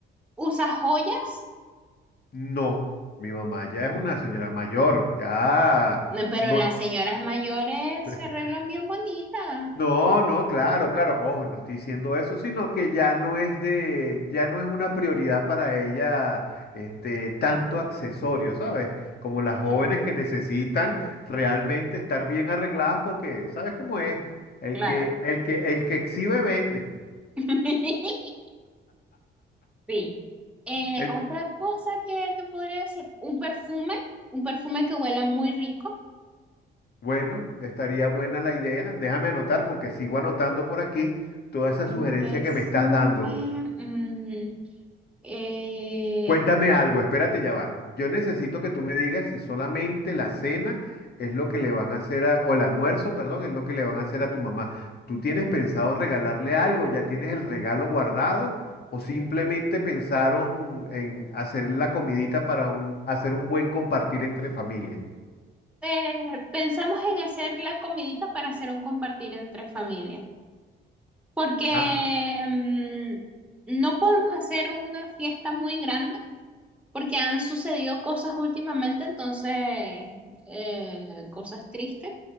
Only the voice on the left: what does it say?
No, mi mamá ya es
una señora mayor, ya
no,
<laughs>
no, no, claro, claro, ojo, no estoy diciendo eso, sino que ya no es de, ya no es una prioridad para ella, este, tanto accesorio, ¿sabes? Como las jóvenes
que necesitan realmente estar bien arregladas porque, ¿sabes cómo es? El
que, el que, el que exhibe vende.
En-
bueno, estaría buena la idea. Déjame anotar porque sigo anotando por aquí toda esa
sugerencia
que me estás dando.
Cuéntame algo, espérate, ya va. Yo necesito que tú me digas si solamente la cena es lo que le van a hacer a, o el almuerzo, perdón, es lo que le van a hacer a tu mamá. ¿Tú tienes pensado regalarle algo? ¿Ya tienes el regalo guardado? ¿O simplemente pensaron en hacer la comidita para un- hacer un buen compartir entre familias?
Ah,